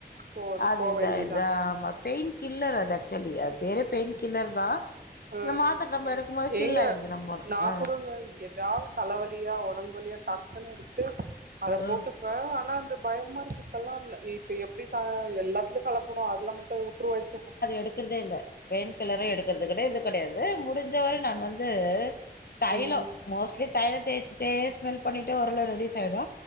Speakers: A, on the right (about 60°); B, on the left (about 65°).
A: போது
B: அது
A: போ
B: இதாயிடுதா
A: வேண்டியதா
B: ஆமா பேயின் கில்லர் அது அக்சோலி அது பேரு பெயின் கில்லர் தான
A: ஆ
B: இந்த மாத்திர நம்ம எடுக்கும் போது கில்ல
A: ஏங்க
B: ஆயிடுது நம்மோட
A: நா
B: அ
A: கூடங்க ஏதாவது தலைவலியா உடம்பு வலியா டக்குன்னு எடுத்து அத போட்டுப்
B: ஆ
A: ஆனா அந்த பயமா இருக்கு இப்பல்லா இல்ல இப்ப எப்டி எல்லாத்துலிப் கலப்படோ அதுல மட்டு உட்டுவழிச்சி மா
B: எடுக்கிறதே இல்ல பெயின் கில்லரு எடுக்கிறது கெடைய இது கெடையாது முடிஞ்ச வரை நான் வந்து தைலோ
A: ம்
B: மோஸ்ட்லி தலலோ தேய்சிட்டே ஸ்மெல் பண்ணிட்டு ஓரளவு ரெடிஸ் ஆயிரு